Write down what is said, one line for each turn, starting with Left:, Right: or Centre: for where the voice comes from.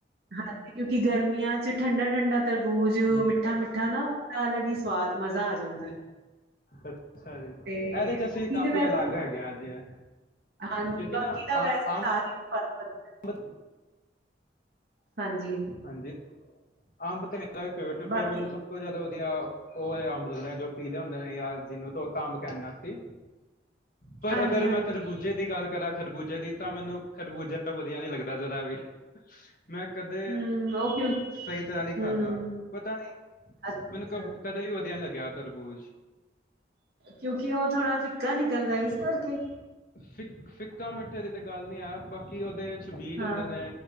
Right: ਹਾਂਜੀ ਕਿਉਂਕਿ ਗਰਮੀਆਂ ਚ ਠੰਡਾ ਠੰਡਾ ਤਰਬੂਜ
Left: ਹੂੰ
Right: ਮਿੱਠਾ ਮਿੱਠਾ ਨਾ ਅਲੱਗ ਹੀ ਸਵਾਦ ਮਜ਼ਾ ਆ ਜਾਂਦਾ ਹੈ
Left: ਅੱਛਾ ਜੀ
Right: ਤੇ
Left: ਇਹਦੇ ਚ ਅਸੀਂ
Right: ਬਾਕੀ
Left: ਕਾਫੀ
Right: ਤੇ ਵੈਸੇ
Left: ਅਲੱਗ ਹੈਗੇ ਹਾਂ ਜੀ ਹ
Right: ਹਾਂਜੀ
Left: ਕਿਉਂਕਿ
Right: ਬਾਕੀ
Left: ਨਾ
Right: ਤਾਂ
Left: ਆ
Right: ਵੈਸੇ
Left: ਆਮ
Right: <unintelligible>
Left: ਬਦ
Right: ਹਾਂਜੀ
Left: ਹਾਂਜੀ ਅੰਬ ਤੇ ਮੇਰਾ ਵੀ ਫੇਵਰੇਟ
Right: ਬਾਕੀ
Left: ਪਰ ਮੈਨੂੰ ਸਭ ਸਭ ਤੋਂ ਜ਼ਿਆਦਾ ਵਧੀਆ ਉਹ ਵਾਲੇ ਅੰਬ ਲੱਗਦੇ ਨੇ ਜੋ ਪੀਲੇ ਹੁੰਦੇ ਨੇ ਜਾਂ ਜਿਨੂੰ ਤੋਤਾ ਅੰਬ ਕਹਿੰਦਾ ਸੀ ਪਰ
Right: ਹਾਂਜੀ,
Left: ਅਗਰ
Right: ਹਾਂਜੀ।
Left: ਮੈਂ ਤਰਬੂਜੇ ਦੀ ਗੱਲ ਕਰਾਂ ਖਰਬੂਜੇ ਦੀ ਤਾਂ ਮੈਨੂੰ ਖਰਬੂਜਾ ਵਧੀਆ ਨੀ ਲੱਗਦਾ ਜਰਾ ਵੀ ਮੈਂ ਕਦੇ
Right: ਹੂੰ, ਉਹ ਕਿਉਂ
Left: ਸਹੀ ਤਰ੍ਹਾਂ ਨਹੀਂੀ
Right: ਹੂੰ,
Left: ਖਾਧਾ ਪਤਾ ਨਹੀਂ
Right: ਅੱਛਾ-ਅੱਛਾ,
Left: ਮੈਨੂੰ ਕ ਕਦੇ ਵੀ ਵਧੀਆ ਨੀ ਲੱਗਿਆ ਤਰਬੂਜ
Right: ਕਿਉਂਕਿ ਉਹ ਥੋੜਾ ਫਿੱਕਾ ਨਿਕਲਦਾ ਇਸ ਕਰਕੇ
Left: ਫਿੱ ਫਿੱਕਾ ਮਿੱਠੇ ਦੀ ਤੇ ਗੱਲ ਨੀ ਆ ਬਾਕੀ ਉਹਦੇ ਬੀਜ
Right: ਹਾਂ,
Left: ਹੁੰਦੇ ਨੇ